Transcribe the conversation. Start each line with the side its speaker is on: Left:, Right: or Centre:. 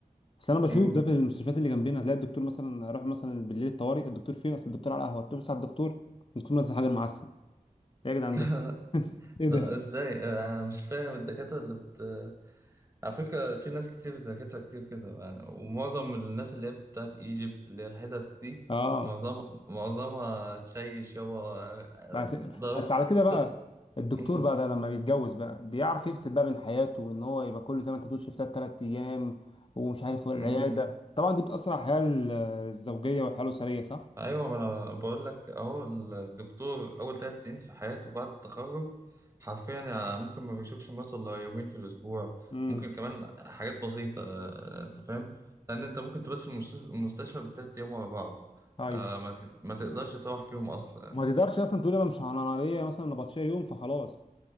Left: بس انا بشوف
Right: مم.
Left: ده في المستشفيات اللي جنبنا تلاقي الدكتور مثلا اروح مثلا بالليل الطوارئ الدكتور فين اصل الدكتور على القهوه تبص على الدكتور بتكون نازل حجر معسل إيه يا جدعان
Right: <laughs>
Left: ده ايه ده
Right: لا ازاي انا مش فاهم الدكاترة اللي بت على فكرة في ناس كتير دكاترة كتير كده ومعظم الناس اللي هي بتاعت ايجيبت اللي هي الحتت دي
Left: اه
Right: معظم معظمها تشيش يابا آه،
Left: بس
Right: ضرب
Left: بس على كده بقى
Right: ت-
Left: الدكتور
Right: مم.
Left: بقى ده لما بيتجوز بقى بيعرف يفصل بقى بين حياته وان هو يبقى كل زي ما انت بتقول شيفتات ثلاث ايام ومش عارف والعياده
Right: مم.
Left: طبعا دي بتاثر على الحياه ال- الزوجيه والحياه الاسريه صح؟
Right: ايوه ما انا بقول لك اهو الدكتور اول ثلاث سنين في حياته بعد التخرج حرفيا يعني ممكن ما بيشوفش مراته الا يومين في الاسبوع
Left: امم
Right: ممكن كمان حاجات بسيطه آه، انت فاهم لان انت ممكن تبات في المست- المستشفى بالثلاث ايام ورا بعض
Left: ايوه
Right: آه، ما ت- ما تقدرش تروح فيهم اصلا
Left: وما تقدرش اصلا تقول انا مش انا ليا مثلا نبطشيه يوم فخلاص